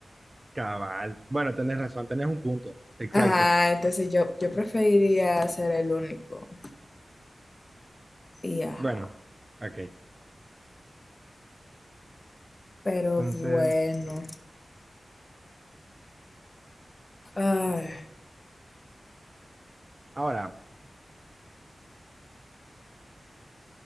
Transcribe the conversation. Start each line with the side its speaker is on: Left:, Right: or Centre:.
Right: cabal. Bueno, tenés razón, tenés un punto. Exacto.
Left: Ajá, entonces yo, yo preferiría ser el único. Y ajá,
Right: Bueno, ok.
Left: pero
Right: Entonces,
Left: bueno.
Right: ok.
Left: Ay,
Right: ahora,